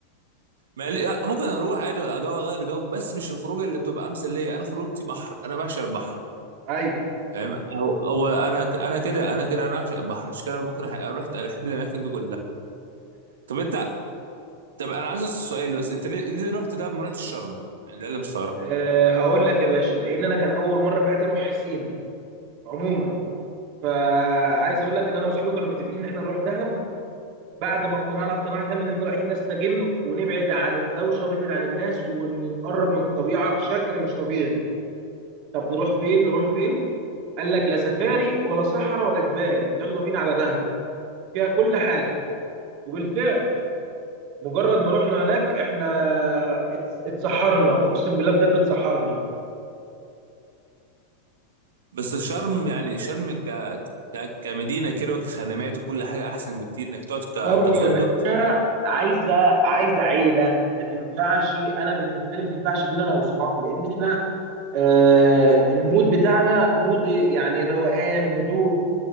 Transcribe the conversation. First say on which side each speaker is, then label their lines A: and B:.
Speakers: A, on the right (about 60°); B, on the right (about 45°).
A: ما قال- لا، ممكن اروح عادي جو اغير جو بس مش الخروجه اللي بتبقى امثل ليا انا خروجتي بحر انا بعشق البحر
B: ايوه
A: فاهم او او انا ك- انا كده انا كده انا اعشق البحر عشان كده ممكن أح- رحت بحب الاماكن دي كلها طب انت طب انا عايز اسال سؤال بس انت ليه ليه رحت ده ما رحتش شرم يعني ده اللي مستغرب
B: آه هقول لك يا باشا لان انا كان اول مره في حياتي اروح سينا عموما فعايز اقول لك ان انا واصحابي كنا متفقين ان احنا نروح دهب بعد ما اقتنعنا اقتناع تام ان احنا رايحين نستجم ونبعد عن الدوشه ونبعد عن الناس ونقرب من الطبيعه بشكل مش طبيعي طب نروح فين نروح فين قال لك لا سفاري ولا صحراء ولا جبال يلا بينا على دهب فيها كل حاجه وبالفعل مجرد ما رحنا هناك احنا اتس- اتسحرنا اقسم بالله بجد اتسحرنا
A: بس شرم يعني شرم ك ك- كمدينه كده وكخدمات وكل حاجه احسن بكتير انك تقعد
B: شرم
A: ك... كفندق
B: يا باشا عايزه عايزه عيله ما تنفعش انا بالنسبه لي ما تنفعش بين انا واصحابي لان احنا آه المود بتاعنا مود يعني روقان هدوء